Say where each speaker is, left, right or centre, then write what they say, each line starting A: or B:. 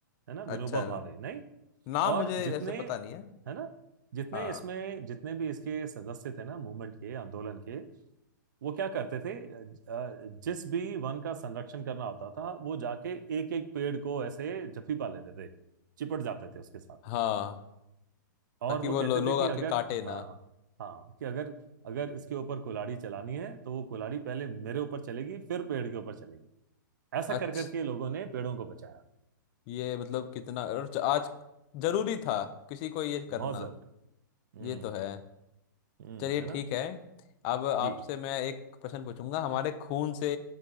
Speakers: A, on the right; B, on the left.
A: है ना
B: अच्छा
A: विनोबा भावे नहीं
B: नाम
A: और
B: मुझे
A: जितने
B: ऐसे पता नहीं है
A: है ना जितने
B: हाँ
A: इसमें जितने भी इसके सदस्य थे ना मूवमेंट के आंदोलन के वो क्या करते थे अ, जिस भी वन का संरक्षण करना होता था वो जाके एक एक पेड़ को ऐसे जफी पा लेते थे चिपट जाते थे उसके साथ
B: हाँ
A: में और
B: ताकि
A: वो
B: वो
A: कहते
B: लो, लोग
A: थे कि
B: आके
A: अगर
B: काटे
A: हाँ
B: ना
A: हाँ कि अगर अगर इसके ऊपर कुल्हाड़ी चलानी है तो वो कुल्हाड़ी पहले मेरे ऊपर चलेगी फिर पेड़ के ऊपर चलेगी ऐसा
B: अच्छा
A: कर करके लोगों ने पेड़ों को बचाया
B: ये मतलब कितना और ज- आज जरूरी था किसी को ये करना
A: बहुत जरूरी हम्म
B: ये तो है
A: हम्म
B: चलिए
A: है ना
B: ठीक है अब आपसे
A: जी
B: मैं एक प्रश्न पूछूंगा हमारे खून से